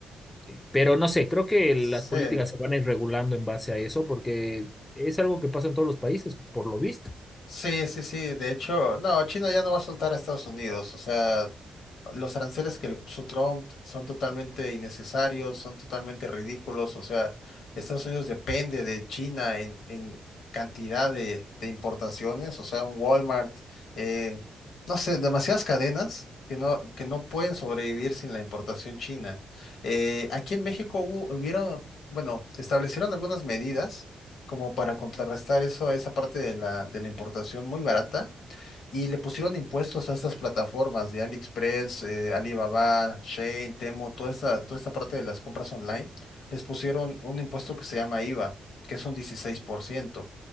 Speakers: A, on the left (about 15°); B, on the left (about 70°).
A: eh, pero no sé, creo que
B: Sí.
A: las políticas se van a ir regulando en base a eso, porque es algo que pasa en todos los países, por lo visto.
B: Sí, sí, sí. De hecho, no, China ya no va a soltar a Estados Unidos. O sea, los aranceles que le puso Trump son totalmente innecesarios, son totalmente ridículos. O sea, Estados Unidos depende de China en, en cantidad de, de importaciones. O sea, un Walmart, eh, no sé, demasiadas cadenas. Que no, que no pueden sobrevivir sin la importación china. Eh, aquí en México hubo, hubieron, bueno, establecieron algunas medidas como para contrarrestar eso, esa parte de la, de la importación muy barata y le pusieron impuestos a estas plataformas de AliExpress, eh, Alibaba, Shein, Temu, toda esta, toda esta parte de las compras online, les pusieron un impuesto que se llama IVA, que es un 16%.